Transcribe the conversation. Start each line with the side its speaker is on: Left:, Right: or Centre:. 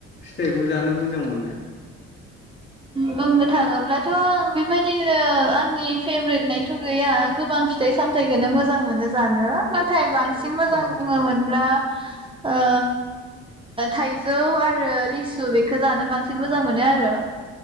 Left: फिथाइखौ जानो मोजां मोनो?
Right: बुंनो थाङोब्लाथ' बेबायदिनो आंनि फेब ब्रेदनायथ' गैया गोबां फिथाइ सामथखौनो मोजां मोनो जानो नाथाय बांसिन मोजां
Left: अ
Right: बुङोमोनब्ला ओ थाइजौ आरो लिसु बेखौ जानो बांसिन मोजां मोनो आरो।